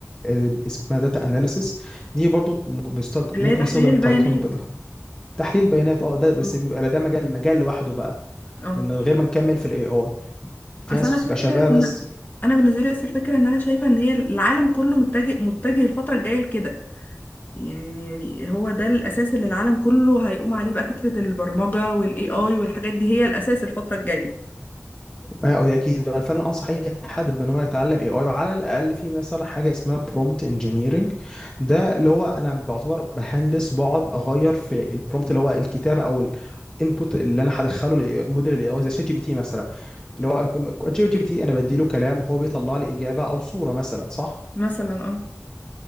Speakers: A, on the left; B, on the left.
A: آه، اسمها داتا اناليسيس دي برضو ممكن بيستخدم-
B: اللي
A: ممكن
B: هي تحليل
A: يستخدم
B: البيانات
A: بايثون تحليل بيانات اه ده بس
B: اه
A: بيبقى بقى ده مجال مجال لوحده بقى
B: آه.
A: من غير ما نكمل في الاي اي في
B: اصل
A: ناس
B: انا
A: بتبقى
B: فكره
A: شغاله
B: ان
A: بس
B: انا بالنسبه لي بس الفكره ان انا شايفه ان هي العالم كله متجه متجه الفتره الجايه لكده يعني هو ده الأساس اللي العالم كله هيقوم عليه بقى فكرة البرمجة والاي اي والحاجات دي هي الأساس الفترة الجاية
A: ما هو اكيد انا فعلا انصح اي حد بان هو يتعلم اي اي وعلى الاقل في مثلا حاجه اسمها برومت انجينيرنج ده اللي هو انا بعتبر بهندس بقعد اغير في البرومت اللي هو الكتابه او الانبوت اللي انا هدخله لموديل الاي اي زي شات جي بي تي مثلا اللي هو جي بي تي انا بدي له كلام هو بيطلع لي اجابه او صوره مثلا صح
B: مثلا اه